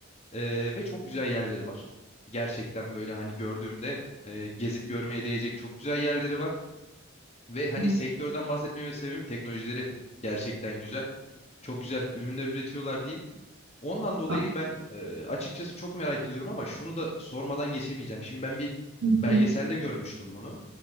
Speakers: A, on the left; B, on the right.
A: E, ve çok güzel yerleri var. Gerçekten böyle hani gördüğümde e, gezip görmeye değecek çok güzel yerleri var. Ve hani
B: Evet.
A: sektörden bahsetmeme sebebim teknolojileri gerçekten güzel. Çok güzel ürünler üretiyorlar diyeyim. Ondan dolayı
B: Ha,
A: ben e, açıkçası çok merak ediyorum ama şunu da sormadan geçemeyeceğim. Şimdi ben bir
B: hı
A: belgeselde
B: hı,
A: görmüştüm bunu.